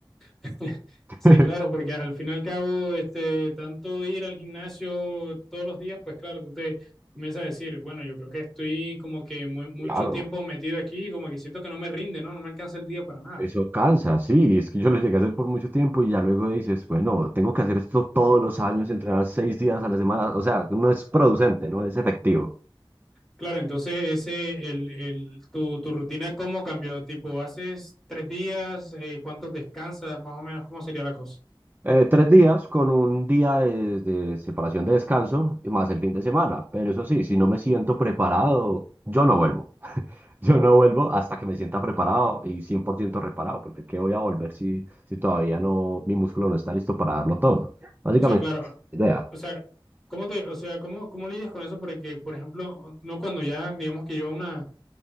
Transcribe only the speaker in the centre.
<laughs>
Sí, claro, porque al fin y al cabo, este, tanto ir al gimnasio todos los días, pues claro, tú te comienzas a decir, bueno, yo creo que estoy como que muy, mucho
tiempo metido aquí, como que siento que no me rinde, ¿no? No me alcanza el día para nada.
Claro, entonces ese, el, el, tu, tu rutina, ¿cómo cambió? Tipo, ¿haces tres días? Eh, ¿cuántos descansas? Más o menos, ¿cómo sería la cosa?
O sea, claro,
O sea, ¿cómo te, o sea, cómo, cómo lidias con eso? Porque, por ejemplo, no cuando ya, digamos que lleva una,